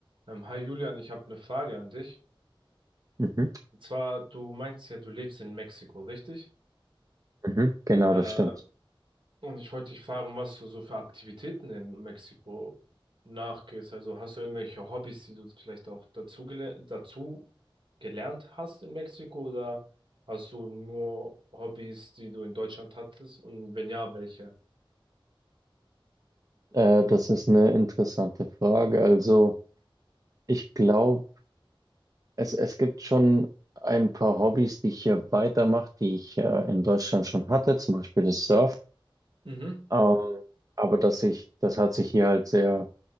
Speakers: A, on the right; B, on the right.
A: Ähm, hi Julian, ich habe eine Frage an dich.
B: Mhm.
A: Und zwar, du meinst ja, du lebst in Mexiko, richtig?
B: Mhm. Genau,
A: Äh,
B: das stimmt.
A: und ich wollte dich fragen, was du so für Aktivitäten in Mexiko nachgehst. Also hast du irgendwelche Hobbys, die du vielleicht auch dazu, gele dazu gelernt hast in Mexiko oder hast du nur Hobbys, die du in Deutschland hattest? Und wenn ja, welche?
B: Äh, das ist eine interessante Frage. Also, ich glaube, es, es gibt schon ein paar Hobbys, die ich hier weitermache, die ich äh, in Deutschland schon hatte, zum Beispiel das Surfen.
A: Mhm.
B: Ähm, aber dass ich, das hat sich hier halt sehr,